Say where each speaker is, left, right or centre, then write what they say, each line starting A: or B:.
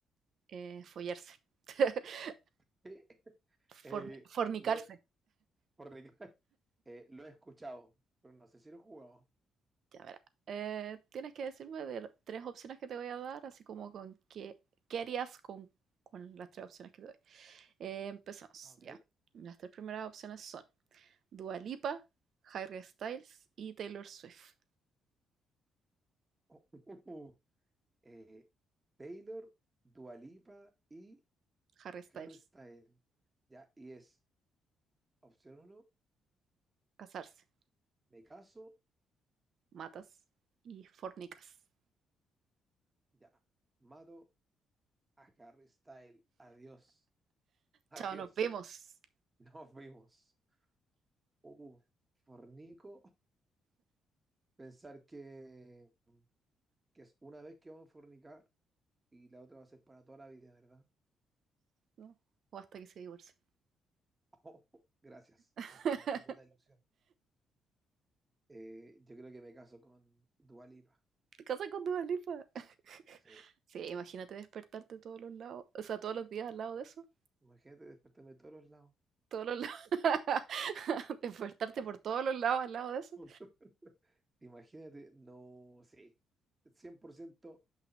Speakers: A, on the right; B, on the right.
A: eh, follarse. <laughs>
B: <laughs> Eh, eh,
A: Forni- fornicarse.
B: lo, por Ricardo, <laughs> eh, lo he escuchado, pero no sé si lo he jugado.
A: Ya verá. Eh, tienes que decirme de las tres opciones que te voy a dar, así como con qué, qué harías con, con las tres opciones que te doy. Eh, empezamos,
B: Ah, Ok.
A: ya. Las tres primeras opciones son Dua Lipa, Harry Styles y Taylor Swift.
B: <laughs> Eh, Taylor, Dua Lipa y
A: Harry Styles,
B: Harry Styles. Ya, y es opción uno,
A: casarse.
B: me caso,
A: matas y fornicas.
B: ya, mato a Harry Styles. Adiós, <laughs> adiós,
A: Chao, nos vemos.
B: nos vimos. Uh, fornico, pensar que que es una vez que vamos a fornicar y la otra va a ser para toda la vida, ¿verdad? <laughs>
A: ¿No? O hasta que se divorcien.
B: Oh, gracias,
A: <laughs>
B: me estáis matando la ilusión. Eh, yo creo que me caso con Dua Lipa.
A: Te casas con Dua Lipa. <laughs>
B: Sí.
A: Sí, imagínate despertarte todos los lados, o sea, todos los días al lado de eso.
B: Imagínate despertarme de todos los lados.
A: Todos los lados. <laughs> Despertarte por todos los lados al lado de eso.
B: <laughs> Imagínate, no, sí, 100%